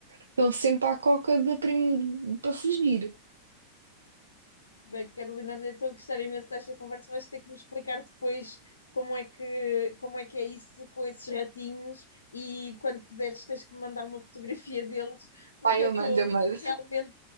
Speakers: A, on the right; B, on the left.
A: Estão sempre à coca da prim... para fugir.
B: Bem, Carolina, olha, estou a gostar imenso desta conversa. Vais ter que me explicar depois como é que, como é que é isso com esses ratinhos e quando puderes tens que me mandar uma fotografia <laughs> deles, porque
A: Pai,
B: eu
A: Amanda,
B: estou
A: Amanda.
B: realmente,